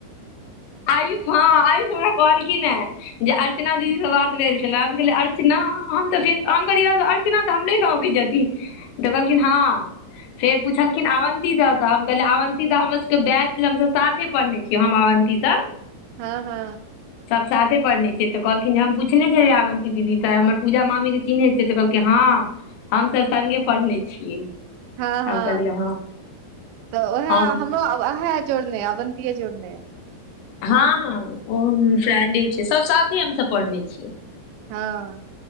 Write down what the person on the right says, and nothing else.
हँ हँ
हँ
हँ
तऽ उएह
हमरो ओ हे जोड़ने अवन्तीऐ जोड़ने
हँ